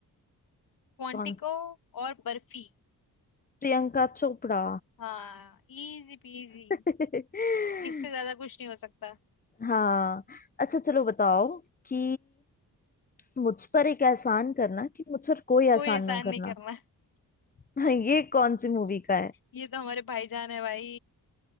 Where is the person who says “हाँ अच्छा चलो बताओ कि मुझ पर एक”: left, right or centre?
Left